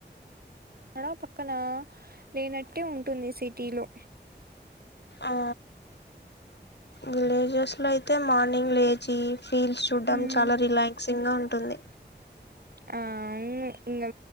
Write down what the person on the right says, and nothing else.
మడ పక్కన లేనట్టే ఉంటుంది సిటీలో
హ్మ్.
ఆ మ్ ఇంకా